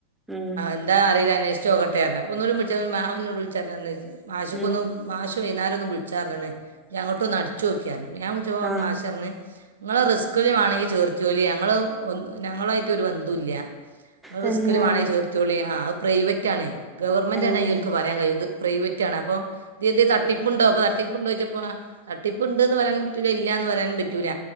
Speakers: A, in the centre; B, on the right (about 65°).
A: ഉം
B: എന്താ അറിയില്ല അന്വേഷ ച്ചോക്കട്ടേഞ് അപ്പെ ഒന്നൂടെ വിളിച്ചാ മാമൻ ഇനോട് വിളിച്ചുപറഞ്ഞ് അന്ന് മാശിക്കൊന്ന്
A: ഉം
B: മാഷ് വൈന്നാരം ഒന്ന് വിളിച്ചാ പറഞ്ഞണ് ഇഞ് അങ്ങോട്ട് ഒന്ന് അടിച്ചു നോക്കിയാന്ന് ഞാൻ വിളിച്ചപ്പോ
A: ആഹ്
B: മാഷ് പറഞ്ഞ് ഇങ്ങളെ റിസ്കിൽ വേണെങ്കിൽ ചേർത്തോലി ഞങ്ങൾ ഞങ്ങളായിട്ട് ഒരു ബന്ധും ഇല്ല ഇങ്ങളെ
A: തന്നെ
B: റിസ്കില് വണെങ്കിൽ ചേർത്തോളി ആ അത് പ്രൈവറ്റ് ആണ് ഗവൺമെൻ്റ്
A: ഏഹ്
B: ആണെങ്കിൽ ഓൽക്ക് പറയാൻ കഴിയും ഇത് പ്രൈവറ്റാണപ്പൊ ഇ എന്ത് തട്ടിപ്പുണ്ടോ പ്പൊ തട്ടിപ്പ്ണ്ടോയ്ചപ്പോ തട്ടിപ്പ്ണ്ട് ന്ന് പര്യാനും പറ്റൂല ഇല്യാന്ന് പര്യാനും പറ്റൂല